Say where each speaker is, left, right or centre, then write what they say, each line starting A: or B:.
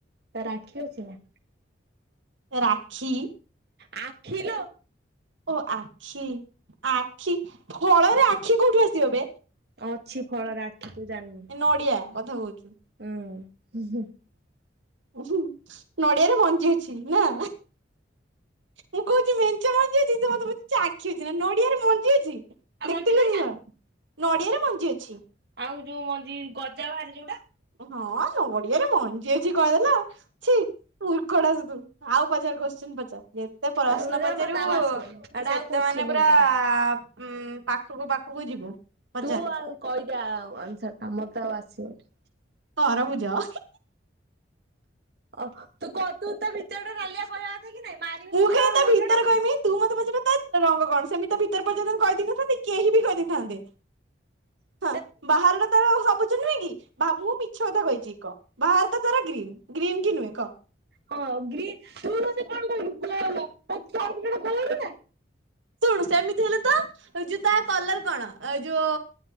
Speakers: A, on the right; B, on the right.
A: ତ ରାକ୍ଷୀ ଅଛି ନା?
B: ରାକ୍ଷୀ।
A: ଆଖି ଲୋ
B: ଓ ଆଖି ଆଖି ଫଳରେ ଆଖି କୋଉଠୁ ଆସିିବବେ?
A: ଅଛି ଫଳ ଆଖି ତୁ ଜାଣିନୁ
B: ନଡିଆ କଥା କହୁଛୁ।
A: ହୁଁ।
B: ହଁ ନଡିଆରେ ମଞ୍ଜି ଅଛି ନା? ମୁଁ କହୁଛି ମେଞ୍ଚା ମଞ୍ଜି ଅଛି ତୁ ମତେ ପାଚରୁଛୁ ଆଖି ଅଛି ନା ନଡିଆରେ ମଞ୍ଜି ଅଛି?
A: ଆଉ
B: ଦେଖିଥିଲୁ
A: ମଞ୍ଜି ନାହିଁ
B: ତୁ
A: ନା?
B: ଶଳା ନଡିଆରେ ମଞ୍ଜି ଅଛି।
A: ଆଉ ଯୋଉ ମଞ୍ଜି ଗଜା ବାହାରେ ଯୋଉଟା।
B: ହଁ ନଡିଆରେ ମଞ୍ଜି ଅଛି କହିଦେଲା? ଛି ମୁର୍ଖଦାସ ତୁ ଆଉ ପଚାରେ କୋଶ୍ଚିନ୍ ପଚାର? ଯେତେ ପ୍ରଶ୍ନ
A: ଏଗୁରା
B: ପଚାରିବୁ
A: ମତେ ଆଉ ଆସିବନି ଏଟା
B: ସେତେ
A: ଆଉ କୋଶ୍ଚିନ୍
B: ମାନେ
A: ନାହିଁ
B: ପରା
A: ତାର।
B: ଉଁ ପାଖକୁ ପାଖକୁ ଯିବୁ ପଚାର?
A: ତୁ ଆଉ କହିଦେ ଆଉ ଆନ୍ସରଟା ମତେ ଆଉ ଆସିବନି।
B: ତରଭୁଜ।
A: ଅ ତୁ କ ତୁ ତ ଭିତରଟା ନାଲିଆ <inaudible> ମାରି ହଉଛୁ
B: ମୁଁ କାଇଁ
A: ନା କଣ
B: ତା
A: କହିଛୁ
B: ଭିତର
A: ଗୋଟେ?
B: କହିମି? ତୁ ମତେ ପଚାରିଲୁ ତା ରଙ୍ଗ କଣ ସେମିତି ଭିତର ପଚାରିଥିଲେ ମୁଁ କହିଦେଇ ନଥାନ୍ତି କେହି ବି କହିଦେଇଥାନ୍ତେ।
A: ହୁଁ।
B: ହଁ ବାହାର ଟା ତାର ସବୁଜ ନୁହେଁ କି ବା ମୁଁ ମିଛ କଥା କହିଚି କି କହ ବାହାର ଟା ତ ତାର ଗ୍ରୀନ୍। ଗ୍ରୀନ୍ କି ନୁହେଁ କହ।
A: ହଁ ଗ୍ରୀନ୍ ତୁ ମୋତେ କଣ କହିଲୁ <unintelligible> କହିଲୁ ନା।
B: ଶୁଣୁ ସେମିତି ହେଲେ ତ ଏ ଯୋଉ ତା କଲର କଣ ଏ ଯୋଉ